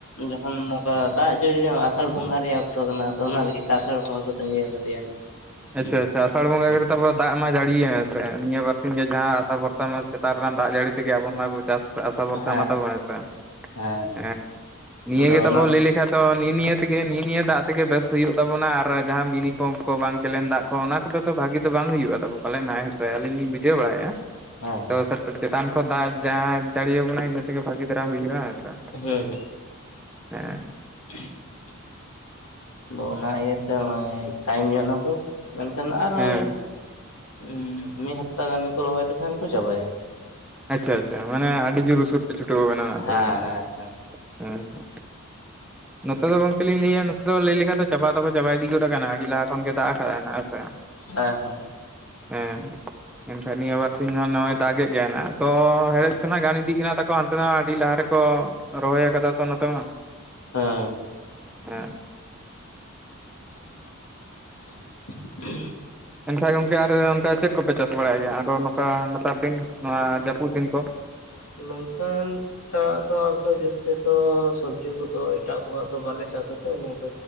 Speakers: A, on the left; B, in the centre.
A: ᱡᱚᱠᱷᱚᱱ ᱱᱚᱝᱠᱟ ᱫᱟᱜ ᱡᱟᱹᱲᱤ ᱨᱮᱭᱟᱜ ᱟᱥᱟᱲ ᱵᱚᱸᱜᱟ ᱨᱮᱭᱟᱜ ᱚᱠᱛᱚ ᱠᱟᱱᱟ ᱟᱫᱚ ᱚᱱᱟ ᱞᱟᱹᱜᱤᱫ ᱟᱥᱟᱲ ᱵᱚᱸᱜᱟ ᱠᱚ ᱛᱟᱸᱜᱤᱣ ᱟᱠᱟᱫᱮᱭᱟ᱾
B: ᱟᱪᱪᱷᱟ
A: ᱦᱮᱸ
B: ᱟᱪᱪᱷᱟ, ᱟᱥᱟᱲ ᱵᱚᱸᱜᱟ
A: ᱦᱮᱸ
B: <unintelligible> ᱫᱟᱜ ᱢᱟ ᱡᱟᱹᱲᱤᱭᱟ ᱦᱮᱸ ᱥᱮ, ᱱᱤᱭᱟᱹ ᱵᱟᱨᱥᱤᱧ ᱜᱮ ᱡᱟᱦᱟᱸ ᱵᱚᱨᱥᱟ ᱢᱟ ᱥᱮᱛᱟᱜ ᱨᱮᱱᱟᱜ ᱫᱟᱜ ᱡᱟᱹᱲᱤ ᱛᱮᱜᱮ ᱟᱵᱚ ᱢᱟᱵᱚ ᱪᱟᱥ ᱟᱥᱟ ᱵᱷᱚᱨᱥᱟ
A: ᱦᱮᱸ ᱦᱮᱸ
B: ᱢᱟ ᱛᱟᱵᱚ ᱦᱮᱸ ᱥᱮ,
A: ᱦᱮᱸ
B: ᱮᱸ ᱱᱤᱭᱟᱹ
A: ᱟᱫᱚ
B: ᱜᱮ ᱛᱟᱵᱚ
A: ᱚᱱᱟ
B: ᱞᱟᱹᱭ ᱞᱮ ᱠᱷᱟᱡ ᱫᱚ ᱱᱤᱜ ᱱᱤᱭᱟᱹ ᱛᱮᱜᱮ ᱱᱤᱜ ᱱᱤᱭᱟᱹ ᱫᱟᱜ ᱛᱮᱜᱮ ᱵᱮᱥ ᱦᱩᱭᱩᱜ ᱛᱟᱵᱚᱱᱟ ᱟᱨ ᱡᱟᱦᱟᱸ ᱢᱤᱱᱤ ᱯᱟᱢᱯ ᱠᱚ ᱵᱟᱝ ᱠᱮᱞᱮᱱ ᱫᱟᱜ ᱠᱚ ᱚᱱᱟ ᱠᱚᱫᱚ ᱛᱚ ᱵᱷᱟᱜᱤ ᱫᱚ ᱵᱟᱝ ᱦᱩᱭᱩᱜᱼᱟ ᱛᱟᱵᱚ᱾ ᱯᱟᱞᱮᱱ ᱦᱟᱸᱜ ᱦᱮᱸ ᱥᱮ ᱟᱹᱞᱤᱧ ᱞᱤᱧ ᱵᱩᱡᱷᱟᱹᱣ ᱵᱟᱲᱟᱭᱮᱜᱼᱟ,
A: ᱦᱮᱸ ᱦᱮᱸ
B: ᱛᱚ ᱥᱟᱛ ᱪᱮᱛᱟᱱ ᱠᱷᱚᱱ ᱫᱟᱜ ᱡᱟᱦᱟᱸᱭ ᱡᱟᱹᱲᱤ ᱟᱵᱚᱱᱟᱭ ᱤᱱᱟᱹ ᱛᱮᱜᱮ ᱵᱷᱟᱹᱜᱮ ᱫᱷᱟᱨᱟ ᱦᱩᱭᱩᱜᱼᱟ ᱦᱮᱸ ᱥᱮ᱾
A: ᱦᱮᱸ ᱦᱮᱸ᱾
B: ᱦᱮᱸ᱾
A: <inaudible> ᱟᱫᱚ ᱚᱱᱟ ᱤᱭᱟᱹ ᱛᱮ ᱦᱚᱸᱜ-ᱚᱭ ᱛᱟᱭᱚᱢ ᱧᱚᱜ ᱱᱟᱠᱩ ᱢᱮᱱᱠᱷᱟᱱ ᱟᱨᱚᱭ᱾
B: ᱦᱮᱸ
A: ᱩᱸ ᱢᱤᱜ ᱦᱟᱯᱛᱟ ᱜᱟᱱ ᱜᱮᱠᱚ ᱨᱚᱦᱚᱭ ᱞᱮᱠᱷᱟᱱ ᱠᱚ ᱪᱟᱵᱟᱭᱟ᱾
B: ᱟᱪᱪᱷᱟ ᱟᱪᱪᱷᱟ ᱢᱟᱱᱮ ᱟᱹᱰᱤ ᱡᱳᱨ ᱥᱩᱨ ᱯᱮ ᱪᱷᱩᱴᱟᱹᱣ ᱠᱟᱱᱟ ᱱᱟᱜ
A: ᱦᱮᱸ
B: ᱛᱚᱵᱮ ᱱᱟᱜ,
A: ᱦᱮᱸ
B: ᱦᱮᱸ ᱦᱮᱸ᱾ ᱱᱚᱛᱮ ᱫᱚ ᱜᱚᱝᱠᱮ ᱞᱤᱧ ᱞᱟᱹᱭᱟ ᱫᱚ ᱞᱟᱹᱭ ᱞᱮᱠᱷᱟᱱ ᱫᱚ ᱪᱟᱵᱟ ᱫᱚᱠᱚ ᱪᱟᱵᱟ ᱤᱫᱤ ᱜᱚᱫ ᱠᱟᱱᱟ ᱟᱰᱤ ᱞᱟᱦᱟ ᱠᱷᱚᱱ ᱜᱮ ᱫᱟᱜ ᱟᱠᱟᱫᱟᱭ ᱱᱷᱟᱜ, ᱦᱮᱸ ᱥᱮ?
A: ᱦᱮᱸ ᱦᱮᱸ
B: ᱦᱮᱸ ᱮᱱᱠᱷᱟᱡ ᱱᱤᱭᱟᱹ ᱵᱟᱨ ᱥᱤᱧ ᱜᱟᱱ ᱱᱚᱜ-ᱚᱭ ᱫᱟᱜᱮᱜ ᱜᱮᱭᱟᱭ ᱱᱟᱜ᱾ ᱛᱚ ᱦᱮᱲᱦᱮᱫ ᱠᱷᱚᱱᱟᱜ ᱜᱟᱱ ᱤᱫᱤᱜ ᱠᱟᱱᱟ ᱛᱟᱠᱚ ᱦᱟᱱᱛᱮ ᱫᱚ ᱦᱟᱸᱜ ᱟᱰᱤ ᱞᱟᱦᱟ ᱨᱮᱠᱚ᱾ ᱨᱚᱦᱚᱭ ᱟᱠᱟᱫᱟ ᱛᱚ ᱱᱚᱛᱮ ᱢᱟ
A: ᱦᱮᱸ
B: ᱮᱸ᱾
A: <inaudible>
B: ᱮᱱᱠᱷᱟᱡ ᱜᱚᱝᱠᱮ ᱟᱨ ᱚᱱᱠᱟ ᱪᱮᱫ ᱠᱚᱯᱮ ᱪᱟᱥ ᱵᱟᱲᱟᱭ ᱜᱮᱭᱟ ᱟᱨᱚ ᱱᱚᱝᱠᱟ ᱱᱮᱛᱟᱨ ᱫᱤᱱ ᱱᱚᱣᱟ ᱡᱟᱯᱩᱫ ᱫᱤᱱ ᱠᱚ?
A: ᱱᱚᱝᱠᱟᱱ᱾ ᱮᱴᱟ ᱟᱜ ᱫᱚ ᱟᱨ ᱫᱚ ᱡᱟᱹᱥᱛᱤ ᱫᱚ ᱥᱚᱵᱽᱡᱤ ᱠᱚᱫᱚ ᱮᱴᱟᱜ ᱠᱚᱣᱟᱜ ᱫᱚ ᱵᱟᱞᱮ ᱪᱟᱥᱟ ᱛᱚ ᱱᱚᱝᱠᱟ᱾